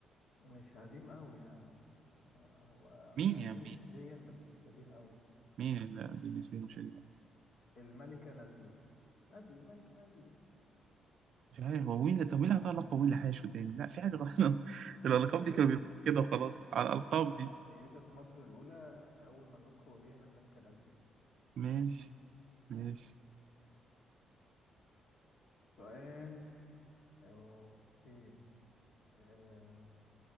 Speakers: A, on the left; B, on the right.
A: مش قديم أوي يعني هو
B: مين
A: قديم
B: يعني مين
A: نسبيا بس مش قديم أوي
B: مين اللي قديم بالنسبة له مش قديم
A: الملكة نازلي نازلي ملكة نازلي
B: مش عارف هو مين اللي طب مين اللي هيحط لقب ومين اللي هيشو تاني لا في حاجة غلط <laughs> الألقاب
A: إيه
B: دي كانوا بيرموها كده وخلاص على الألقاب دي
A: سيدة مصر الأولى أول من لقب بها الملكة نازلي
B: ماشي ماشي
A: سؤال أوكي آه،